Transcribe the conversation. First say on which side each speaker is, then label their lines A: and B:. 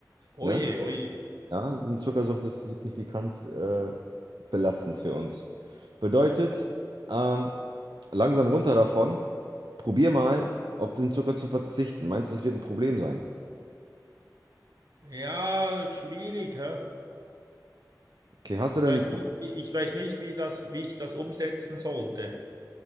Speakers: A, on the right; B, on the right.
A: Ne?
B: oje, oje.
A: Ja, eine Zuckersucht ist signifikant äh, belastend für uns. Bedeutet, ähm, langsam runter davon. Probier mal, auf den Zucker zu verzichten. Meinst du, das wird ein Problem sein?
B: Ja, schwierig, hä?
A: Okay, hast
B: Ich
A: du denn
B: weiß nicht, wie- ich weiß nicht, wie das, wie ich das umsetzen sollte.